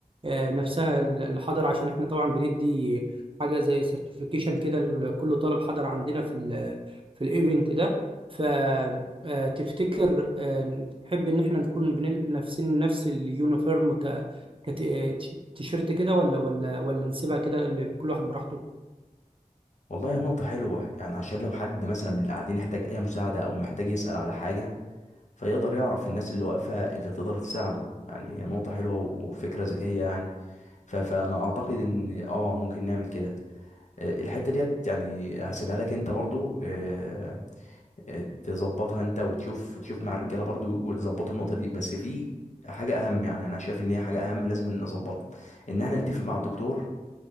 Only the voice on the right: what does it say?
آه، نفسها اللي حضر عشان احنا طبعا بندي حاجة زي سيرتيفيكيشن كده لكل طالب حضر عندنا في ال في الايفنت ده فتفتكر تحب ان احنا نكون بنل- لابسين نفس اليونيفورم ك كتيشيرت كده ولا ولا ولا نسيبها كده اللي كل واحد براحته